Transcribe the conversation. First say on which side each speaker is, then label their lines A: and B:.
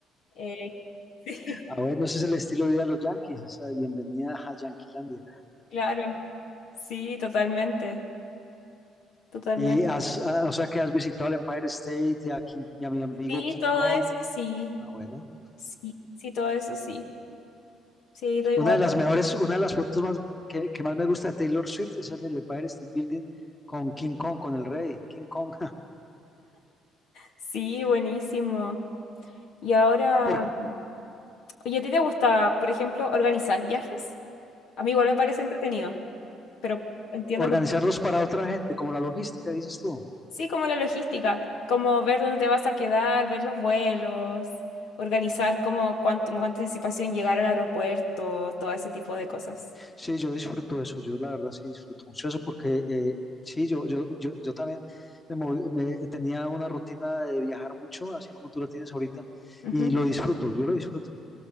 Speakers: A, on the left (about 75°); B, on the left (about 20°).
A: eh, <laughs> sí,
B: Ah, bueno, ese es el estilo de vida de los Yankees, esa bienvenida a Yanquilandia.
A: claro, sí, totalmente. Totalmente.
B: Y has, ah, o sea que has visitado el Empire State y a, King- y a mi amigo
A: Sí,
B: King
A: todo
B: Kong.
A: eso, sí,
B: Ah, bueno.
A: sí, sí, todo eso, sí. Sí, he ido igual.
B: Una de las mejores, una de las fotos más que, que más me gusta de Taylor Swift es en el Empire State Building con King Kong, con el rey, King Kong,
A: Sí, buenísimo. Y ahora,
B: <laughs> por
A: oye, ¿a ti te gusta, por ejemplo, organizar viajes? A mí igual me parece entretenido, pero entiendo
B: organizarlos
A: que
B: para otra gente, como la logística, dices tú.
A: sí, como la logística, como ver dónde te vas a quedar, ver los vuelos, organizar como cuánto, con cuánta anticipación llegar al aeropuerto, todo ese tipo de cosas.
B: Sí, yo disfruto eso, yo la verdad sí disfruto mucho eso porque eh, sí, yo, yo, yo, yo también me moví- me- tenía una rutina de viajar mucho, así como tú la tienes ahorita,
A: Ujú.
B: y lo disfruto, yo lo disfruto.